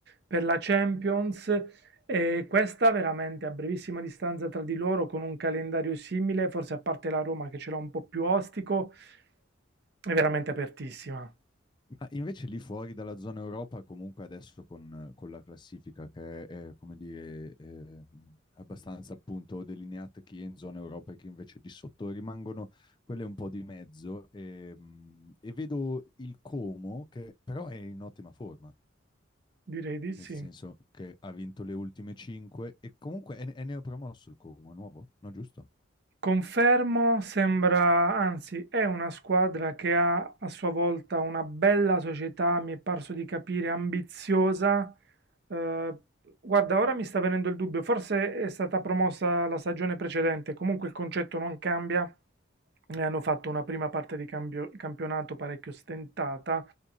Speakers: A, on the right (about 55°); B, on the left (about 25°).
A: per la Champions e questa veramente a brevissima distanza tra di loro con un calendario simile, forse a parte la Roma che ce l'ha un po' più ostico, è veramente apertissima.
B: Ma invece lì fuori dalla zona Europa, comunque adesso con, con la classifica che è, eh, come dire, eh, abbastanza appunto delineata chi è in zona Europa e chi invece di sotto, rimangono quelle un po' di mezzo. E, mm, e vedo il Como che però è in ottima forma.
A: Direi di sì.
B: nel senso che ha vinto le ultime cinque e comunque è, è neopromosso il Como, è nuovo, no giusto?
A: Confermo, sembra, anzi è una squadra che ha a sua volta una bella società, mi è parso di capire, ambiziosa. Eh, guarda, ora mi sta venendo il dubbio, forse è stata promossa la stagione precedente, comunque il concetto non cambia. Ne hanno fatto una prima parte di cambio- campionato parecchio stentata,